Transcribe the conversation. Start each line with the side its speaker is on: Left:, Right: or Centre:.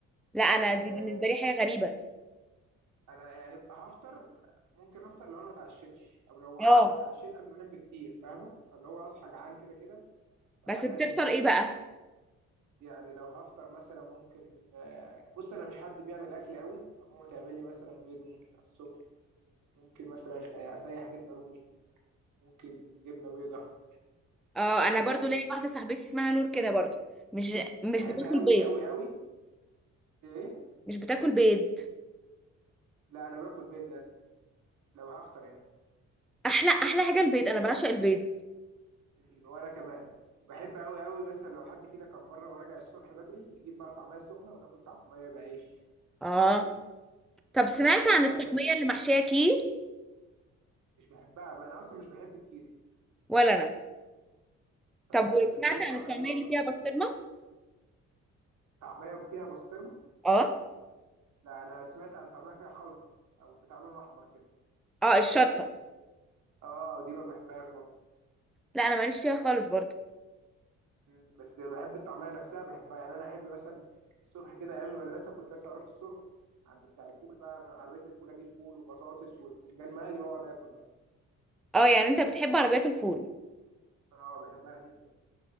Centre: لا انا
Right: بس
Centre: دي
Right: إيه
Centre: بالنسبة لي حاجة غريبة
Right: انا يعني هفطر ممكن افطر لو انا ما اتعشتش او لو
Centre: اه
Right: ع- اتعشيت قبل ما انام بكتير فاهمه فاللي هو اصحى جعان كده كده فلازم
Centre: بس بتفطر
Right: اكل
Centre: ايه بقى؟
Right: يعني لو هفطر مثلا ممكن آه، بص انا مش حد بيعمل اكل قوي فماما تعمل لي مثلا بيض ممكن على الصبح ممكن مثلا آه، اسيح جبنه رومي ممكن جبنه بيضه
Centre: اه
Right: ايه
Centre: انا
Right: إيه
Centre: برضو
Right: تاني
Centre: ليا واحدة صاحبتي اسمها نور كده برضو مش مش
Right: بحب
Centre: بتاكل
Right: قوي
Centre: بيض
Right: قوي قوي ايه
Centre: مش بتاكل بيض
Right: لا انا باكل بيض لازم لو هفطر يعني
Centre: احلى احلى حاجة
Right: إيه.
Centre: البيض انا بعشق البيض
Right: مم، وانا كمان وبحب قوي قوي مثلا لو حد فينا كان بره وراجع الصبح بدري يجيب بقى طعميه سخنه وناكل طعميه بعيش
Centre: اه
Right: طماطم
Centre: طب سمعت
Right: بعشق
Centre: عن الطعمية اللي محشية كي
Right: مش بحبها بقى انا اصلا مش بحب الكيري
Centre: ولا انا
Right: فبالنسبه
Centre: طب وسمعت
Right: لي الطعميه
Centre: عن الطعمية
Right: دي برضو
Centre: اللي
Right: مش
Centre: فيها بسطرمة؟
Right: حلوه طعميه فيها بسطرمه
Centre: اه
Right: لا انا سمعت عن طعميه فيها خلطه او بتاع لون احمر كده
Centre: اه الشطة
Right: اه ودي ما بحبهاش برضو
Centre: لا انا ماليش فيها خالص برضو
Right: مم. بس بحب الطعميه نفسها بحبها يعني انا احب مثلا الصبح كده ايام المدرسه كنت مثلا اروح الصبح عند بتاع الفول بقى عربيه الفول اجيب فول وبطاطس وبتنجان مقلي واقعد اكل بقى
Centre: اه يعني انت بتحب عربيات الفول
Right: اه بحبها جدا